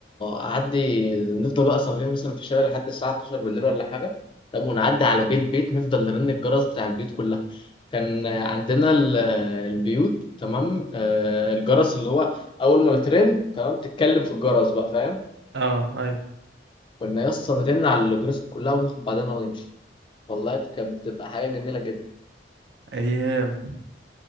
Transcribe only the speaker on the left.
اعدي نفضل بقى سهرين مثلا في الشارع لحد الساعه 12 بالليل ولا حاجه طب ونعدي على بيت بيت نفضل نرن الجرس بتاع البيوت كلها كان آه، عندنا ال- آه، البيوت تمام آه الجرس اللي هو اول ما بترن تمام تتكلم في الجرس بقى فاهم
كنا يا اسطى نرن على الجرس كلها وناخد بعضنا ونمشي والله كانت بتبقى حاجه جميله جدا